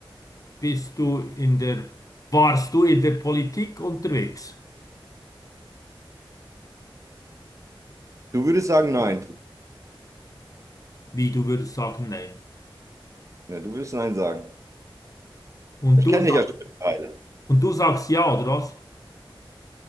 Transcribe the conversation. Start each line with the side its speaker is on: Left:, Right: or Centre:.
Left: bist du in der, warst du in der Politik unterwegs?
Right: Du würdest sagen nein.
Left: Wie, du würdest sagen, nein.
Right: Ja, du würdest nein sagen.
Left: Und
Right: Ich
Left: du,
Right: kenne
Left: sag-
Right: dich ja schon mittlerweile.
Left: und du sagst ja, oder was?